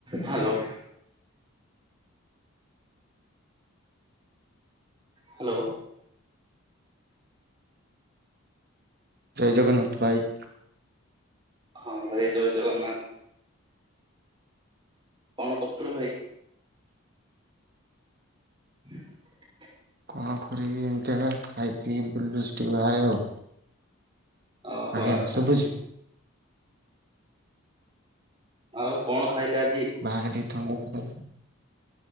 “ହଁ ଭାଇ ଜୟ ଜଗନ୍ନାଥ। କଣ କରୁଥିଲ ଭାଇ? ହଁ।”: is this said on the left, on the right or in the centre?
Right